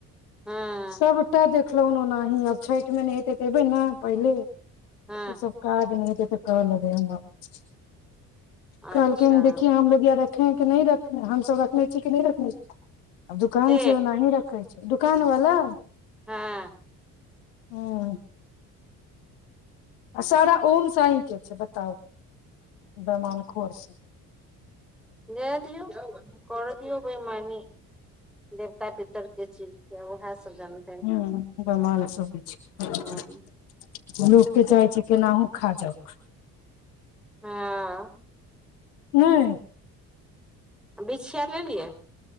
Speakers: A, in the centre; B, on the left (about 70°).
A: हँ
B: सभटा देखलहुँ हन ओनाही आब छैठ मे नय हेतै तऽ एबै नऽ पहिले ई
A: हँ
B: सब काज नय हेतै तऽ कऽ लेबै हम आब
A: अच्छा
B: कहलखिन देखियए हमलोग यहा रखे है कि नय रखे हमसब रखने छीयै कि नय रखने छी आ दुकान
A: के
B: छै ओनाही रखै छैय दुकान वला
A: हँ
B: हुँ आ सारा ओम साई केँ छै बताउ बईमानखोर सब
A: जैय दिऔ करऽ दिऔ बईमानी देवता पितर केँ चीज केँ आब ओहै सब जन
B: हुँ बइमान सब होइ छै
A: ह
B: हुँ लोक केँ चाहैय छै केनाहू खा जाऊ
A: हँ
B: नय
A: बिछिया लेलियै